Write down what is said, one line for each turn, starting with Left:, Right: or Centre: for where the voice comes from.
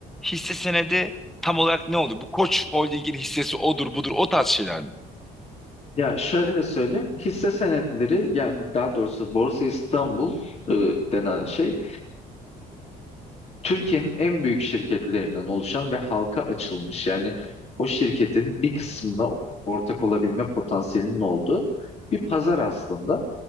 Centre: Hisse senedi tam olarak ne oldu? Bu Koç Holding'in hissesi odur budur o tarz şeyler mi?
Left: Ya şöyle söyleyeyim. Hisse senetleri yani daha doğrusu Borsa İstanbul e, denen şey Türkiye'nin en büyük şirketlerinden oluşan ve halka açılmış yani o şirketin bir kısmına ortak olabilme potansiyelinin olduğu bir pazar aslında.